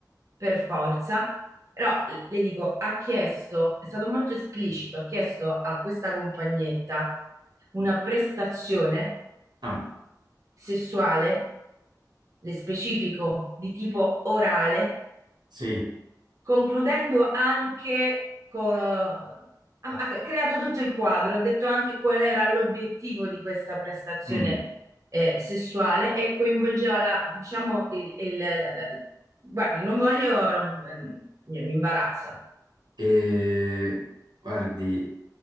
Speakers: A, on the right; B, on the right.
A: per forza. Però le dico, ha chiesto, è stato molto esplicito, ha chiesto a questa compagnetta una prestazione
B: Ah,
A: sessuale, le specifico di tipo orale,
B: sì.
A: concludendo anche con... Ha ha creato tutto il quadro, ha detto anche qual era l'obiettivo di questa prestazione
B: Mm.
A: eh, sessuale e coinvolgeva la, diciamo, il, il- la- la- guardi, non voglio, non- eh, mi mi imbarazza,
B: Eh, guardi,